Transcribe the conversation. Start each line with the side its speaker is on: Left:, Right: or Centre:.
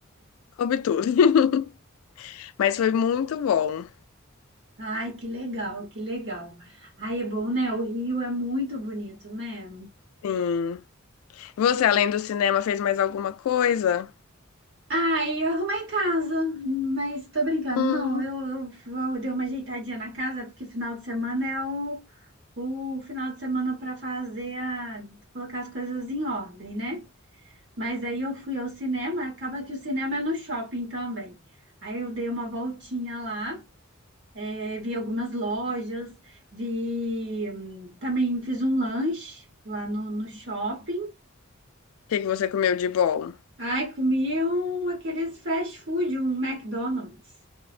Left: Coube tudo. <laughs> Mas foi muito bom.
Right: Ai, que legal, que legal. Ai, é bom, né? O Rio é muito bonito, né?
Left: Sim. Você, além do cinema, fez mais alguma coisa?
Right: Ai, eu arrumei casa, mas tô brincando.
Left: Hum.
Right: Não, eu, eu vou- dei uma ajeitadinha na casa, porque final de semana é o, o final de semana para fazer a, colocar as coisas em ordem, né? Mas aí eu fui ao cinema, acaba que o cinema é no shopping também. Aí eu dei uma voltinha lá, eh, vi algumas lojas, vi, hum, também fiz um lanche lá no, no shopping.
Left: O que que você comeu de bom?
Right: Ai, comi um, aqueles fast food, um McDonald's.